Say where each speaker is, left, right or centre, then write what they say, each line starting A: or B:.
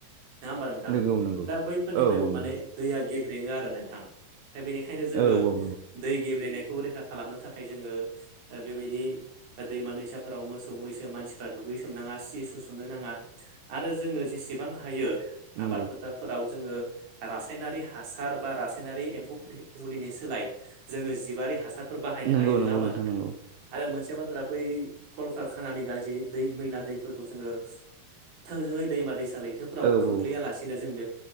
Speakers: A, on the right (about 60°); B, on the right (about 75°).
A: नङा होमबा नोंथां
B: नंगौ नंगौ
A: दा बैफोरनिफ्रायबो
B: औ औ
A: माने
B: नंगौ
A: दैया गेब्रेङो आरो नोंथां दा बेनिखायनो जोङो
B: औ औ नंगौ
A: दै गेब्रेनायखौ रैखा खालामनो थाखाय जोङो बेबायदि दैमा दैसाफोराव मोसौ मै सो मानसिफ्रा दुगैसोमनाङा सि सु सोमनो नाङा आरो जोङो जेसेबां हायो
B: नंगौ
A: आबाद फोथारफोराव जोङो रासायनारि हासार बा रासायनारि एम्फौफोर मुलिनि सोलाय जोङो जिबारि हासारफोर बाहायनो
B: नंगौ
A: हायो नङामोन
B: नंगौ नोंथां नंगौ
A: आरो मोनसे बाथ बै कलकखानानि गाज्रि दै मैला दैफोरखौ जोङो थोंजोङै दैमा दैसा लैथोफोराव
B: औ
A: खोख्लैयालासिनो
B: औ
A: जों बे